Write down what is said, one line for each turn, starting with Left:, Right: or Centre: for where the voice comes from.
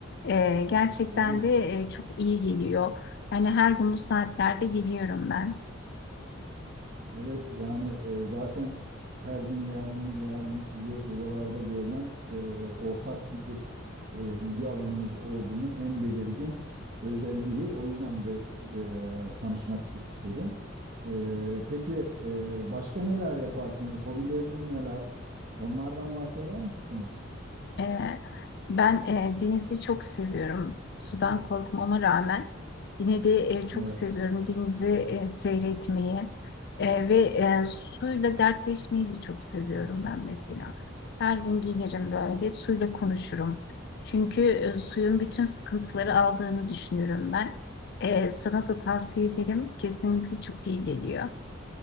Left: E, gerçekten
Right: Evet.
Left: de e, çok iyi geliyor. Yani her gün bu saatlerde geliyorum ben.
Right: Evet yani e, zaten her gün gelmeniz ve her gün sizi buralarda görmem e, ortak bir e, ilgi alanımız olduğunun en belirgin özelliği. O yüzden de e, tanışmak istedim. E, peki e, başka neler yaparsınız? Hobileriniz neler? Onlardan bahseder misiniz?
Left: Ee, ben e, denizi çok seviyorum. Sudan korkmama rağmen yine de e, çok
Right: Evet.
Left: seviyorum denizi e, seyretmeyi E, ve e, suyla dertleşmeyi de çok seviyorum ben mesela. Her gün gelirim böyle suyla konuşurum. Çünkü e, suyun bütün sıkıntıları aldığını düşünüyorum ben. E, sana da tavsiye ederim. Kesinlikle çok iyi geliyor.